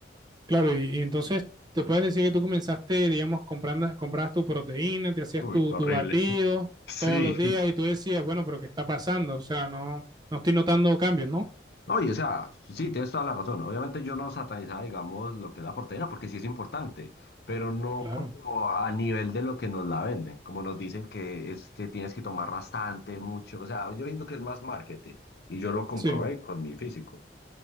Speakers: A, on the right; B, on the left.
A: Claro, y, y entonces te puedes decir que tú comenzaste, digamos, comprando, comprabas tu proteína, te hacías
B: Uy,
A: tu,
B: horrible.
A: tu batido
B: <laughs> Sí,
A: todos los días y tú decías, bueno, pero ¿qué está pasando? O sea, no, no estoy notando cambios, ¿no?
B: Oye, o sea, sí, tienes toda la razón. Obviamente yo no satanizaba, digamos, lo que es la proteína, porque sí es importante, pero no
A: Claro,
B: como a nivel de lo que nos la venden, como nos dicen que es que tienes que tomar bastante, mucho. O sea, yo digo que es más marketing y yo lo comprobé
A: sí.
B: con mi físico.